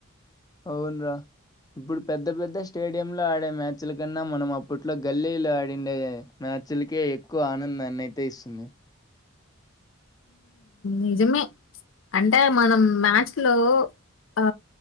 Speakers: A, on the left; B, on the left.
A: అవును్రా ఇప్పుడు పెద్ద పెద్ద స్టేడియంలో ఆడే మ్యాచ్ల కన్నా మనం అప్పట్లో గల్లీలు ఆడిండే మ్యాచ్లకే ఎక్కువ ఆనందాన్నియితే ఇస్తుంది
B: నిజమే అంటే మనం మ్యాచ్చ్ లో ఆ